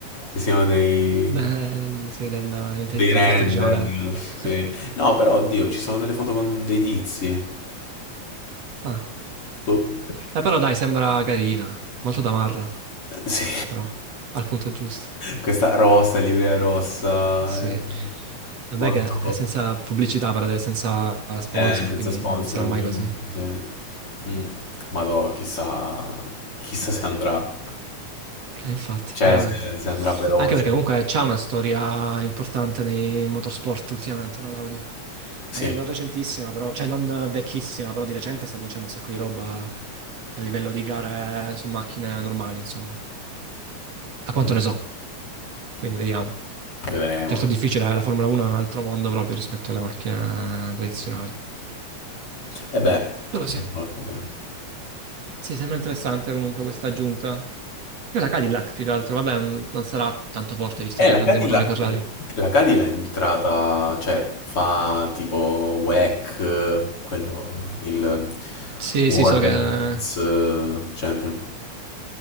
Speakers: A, on the left (about 45°); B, on the right (about 55°).
A: se siano dei
B: Beh, sì, dell'intelligenza
A: dei render,
B: artificiale. <laughs>
A: sì. No, però, oddio, ci sono delle foto con dei tizi.
B: Ah.
A: Boh.
B: Eh, però dai, sembra carina, molto da Marra.
A: Eh, Sì.
B: però al punto giusto.
A: Questa rossa, livrea rossa,
B: Sì.
A: eh,
B: Vabbè
A: molto...
B: che è senza pubblicità per adesso, senza sponsor,
A: Eh, senza
B: quindi
A: sponsor,
B: non sarà
A: ovviamente.
B: mai così.
A: Sì. Mm. Ma no, chissà, chissà se andrà.
B: Eh, infatti,
A: Cioè,
B: veramente.
A: se, se andrà veloce.
B: Anche perché comunque c'è una storia importante nei motorsport ultimamente, no, l'Audi?
A: Sì,
B: Magari non recentissima, però, cioè non vecchissima, però di recente sta vincendo un sacco di roba a livello di gare su macchine normali, insomma. A quanto
A: Mm.
B: ne so, quindi vediamo.
A: vedremo.
B: Certo è difficile, eh, la Formula 1 è un altro mondo proprio rispetto alle macchine tradizionali.
A: E beh,
B: Però sì.
A: per forza, sì.
B: Sì, sembra interessante comunque questa aggiunta. Io la Cadillac più che altro, vabbè, mh, non sarà tanto forte visto
A: Eh,
B: che
A: la
B: prende
A: Cadillac,
B: i motori Ferrari.
A: la Cadillac è entrata, cioè fa tipo WEC, quello, il
B: Sì,
A: World
B: sì, so che...
A: Endurance eh, Champion.